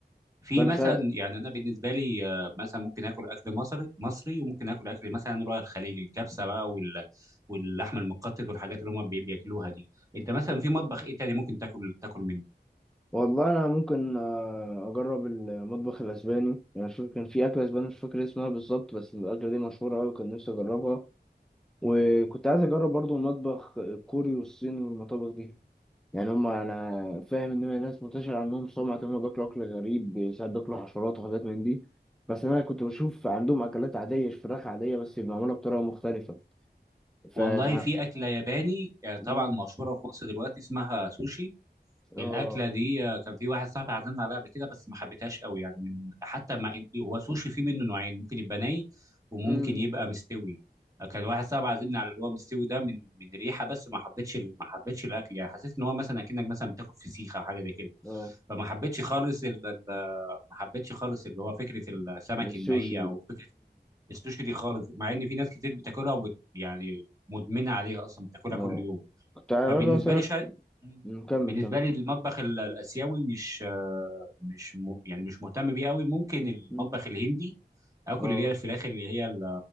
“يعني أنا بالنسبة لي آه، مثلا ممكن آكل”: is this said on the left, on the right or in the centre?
Right